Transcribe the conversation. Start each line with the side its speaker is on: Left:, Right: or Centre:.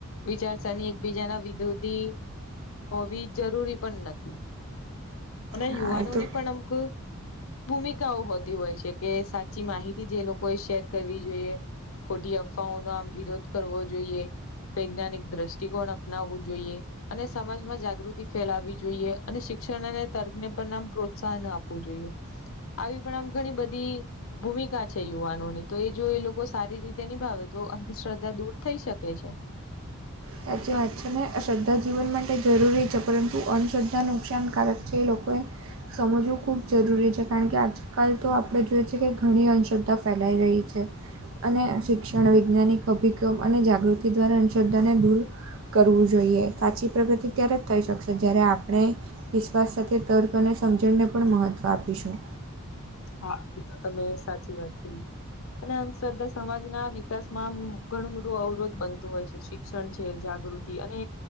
Left: વિચારસરની એકબીજાના વિરોધી હોવી જરૂરી પણ નથી અને
Right: હા
Left: યુવાનોની
Right: એ તો
Left: પણ અમુક ભૂમિકાઓ હોતી હોય છે કે સાચી માહિતી જે લોકોએ શેર કરવી જોઈએ. ખોટી અફવાઓનો આમ વિરોધ કરવો જોઈએ. વૈજ્ઞાનિક દ્રષ્ટિકોણ અપનાવવું જોઈએ. અને સમાજમાં જાગૃતિ ફેલાવી જોઈએ અને શિક્ષણ અને તર્કને પણ આમ પ્રોત્સાહન આપવું જોઈએ. આવી પણ આમ ઘણી બધી ભૂમિકા છે યુવાનોની તો એ જો એ લોકો સારી રીતે નિભાવે તો અંધશ્રદ્ધા દૂર થઈ શકે છે.
Right: સાચી વાત છે ને શ્રદ્ધા જીવન માટે જરૂરી છે પરંતુ અંધશ્રદ્ધા નુકસાનકારક છે એ લોકોએ સમજવું ખૂબ જરૂરી છે કારણ કે આજ કાલ તો આપડે જોઈએ છે કે ઘણી અશ્રદ્ધા ફેલાઈ રહી છે. અને શિક્ષણ વૈજ્ઞાનિક અભિગમ અને જાગૃતિ દ્વારા અંધશ્રદ્ધાને દૂર કરવું જોઈએ સાચી પ્રગતિ ત્યારે જ થઈ શકશે જ્યારે આપણે વિશ્વાસ સાથે તર્ક અને સમજણને પણ મહત્ત્વ આપીશું.
Left: હા એ તો તમે સાચી વાત કરી. અને અંધશ્રદ્ધા સમાજ ના વિકાસમાં ઘણું મોટું અવરોધ બનતું હોય છે સી ક્ષણ છે જાગૃતિ અને